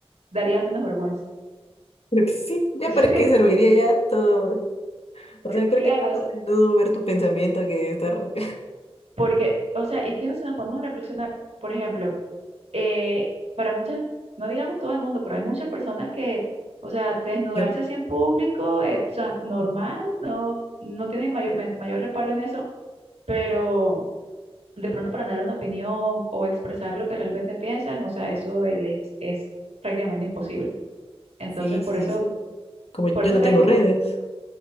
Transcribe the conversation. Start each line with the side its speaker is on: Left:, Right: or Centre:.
Right: daría menos vergüenza.
Left: creo que sí, ya
Right: <laughs>
Left: para
Right: sí,
Left: qué serviría ya todo. O sea, creo
Right: Claro,
Left: que más
Right: o
Left: a
Right: sea,
Left: menudo ver tu pensamiento que estar <laughs>
Right: porque, o sea, ¿y qué nos nos podemos reflexionar? Por ejemplo, eh, para muchas, no digamos todo el mundo, pero hay muchas personas que, o sea, desnudarse
Left: yo.
Right: así en público, eh, o sea, normal,
Left: No.
Right: no, no tienen mayor, me- mayor reparo en eso, pero de pronto para dar una opinión o expresar lo que realmente piensan, o sea, eso eh, les es prácticamente imposible. Entonces,
Left: Sí,
Right: por
Left: sí, sí,
Right: eso,
Left: sí. Como yo
Right: por eso
Left: no
Right: caigo,
Left: tengo redes.